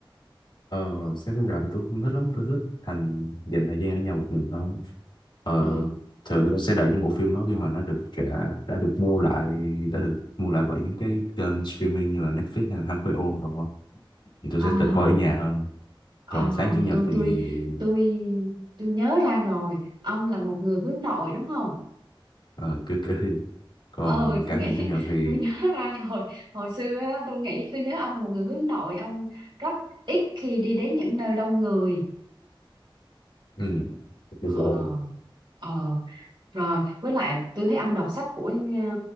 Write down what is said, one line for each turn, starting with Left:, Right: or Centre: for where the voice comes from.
Left: Ờ, xem phim rạp thì tôi không thích lắm, tôi thích thành dành thời gian ở nhà một mình hơn. Ờ,
Right: Ờ.
Left: thường thì tôi sẽ đợi những bộ phim đó khi mà nó được đã, đã được mua lại, đã được mua lại bởi những cái kênh streaming như là Netflix hay là HBO rồi đó. Thì tôi
Right: À,
Left: sẽ tự coi ở nhà hơn.
Right: À,
Left: Còn sáng chủ nhật
Right: tôi
Left: thì
Right: tôi tôi tôi nhớ ra rồi ông là một người hướng nội đúng không?
Left: ờ, cứ cứ <laughs> còn
Right: Ờ tôi
Left: cả
Right: nghĩ
Left: ngày chủ nhật
Right: <laughs>
Left: thì
Right: tôi nhớ ra rồi hồi xưa á, tôi nghĩ tôi nhớ ông là một người hướng nội ông rất ít khi đi đến những nơi đông người
Left: ừ, cứ
Right: ờ
Left: rồi.
Right: ờ rồi với lại tôi thấy ông đọc sách của nhà,